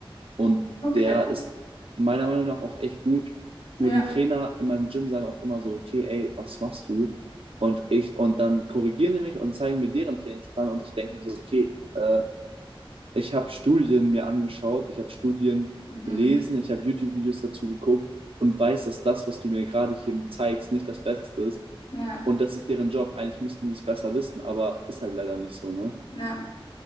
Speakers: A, on the right; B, on the left.
A: Und
B: Okay.
A: der ist meiner Meinung nach auch echt gut. Nur
B: Ja.
A: die Trainer in meinem Gym sagen auch immer so, okay, ey, was machst du? Und ich, und dann korrigieren die mich und zeigen mir deren Trainingsplan und ich denke mir so, okay, äh, ich habe Studien mir angeschaut, ich habe Studien
B: Mhm.
A: gelesen, ich habe YouTube-Videos dazu geguckt und weiß, dass das, was du mir gerade hier zeigst, nicht das Beste ist.
B: Ja.
A: Und das ist deren Job. Eigentlich müssten die es besser wissen, aber ist halt leider nicht so, ne?
B: Ja.